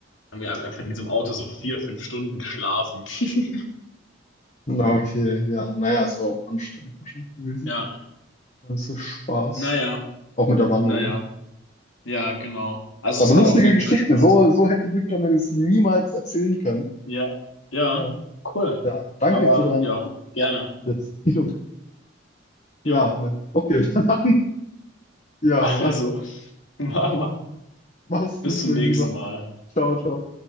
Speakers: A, on the left (about 80°); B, on the left (about 35°).
A: haben wir einfach in diesem Auto so vier, fünf Stunden geschlafen. <laughs>
B: Na, okay, ja, naja, es war auch anstrengend wahrscheinlich gewesen.
A: Ja,
B: Das ist Spaß.
A: naja,
B: Auch mit der Wanderung.
A: naja. Ja, genau. Also
B: Aber
A: es
B: lustige
A: hat auf jeden
B: Geschichte.
A: Fall Spaß
B: So,
A: gemacht.
B: so hätte Victor mir das niemals erzählen können.
A: Ja, ja,
B: Ja,
A: cool.
B: ja. Danke
A: Aber
B: für deine
A: ja, gerne.
B: Erzählung. Ja,
A: Jo,
B: mein- okay, <laughs> dann. Ja,
A: also, <laughs> machen wir.
B: mach's gut,
A: Bis zum
B: mein
A: nächsten
B: Lieber.
A: Mal.
B: Ciao, ciao.